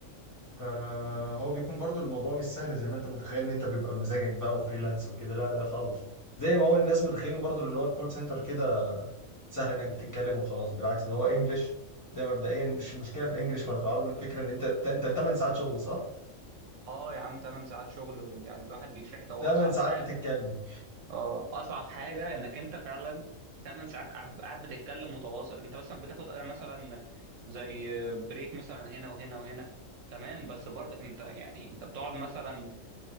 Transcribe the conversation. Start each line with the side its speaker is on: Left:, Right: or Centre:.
Left: فهو بيكون برضو الموضوع مش سهل زي ما انت متخيل ان انت بيبقى بمزاجك بقى وفريلانس وكده لا لا خالص زي ما هو الناس متخيلين برضو اللي هو الكول سنتر كده سهل انك بتتكلم وخلاص بالعكس ده هو انجلش ده مبدئيا مش المشكله في الانجليش ولا في العربي الفكره ان انت انت 8 ساعات شغل صح
Right: اه يا عم 8 ساعات شغل يعني الواحد بيتفحت هو
Left: 8
Right: اصعب
Left: ساعات
Right: حاجه
Left: بتتكلم
Right: اه اصعب حاجه انك انت فعلا 8 ساعات قاعد قاعد بتتكلم متواصل انت مثلا بتاخد آه، مثلا زي بريك مثلا هنا وهنا وهنا تمام بس برضك انت يعني انت بتقعد مثلا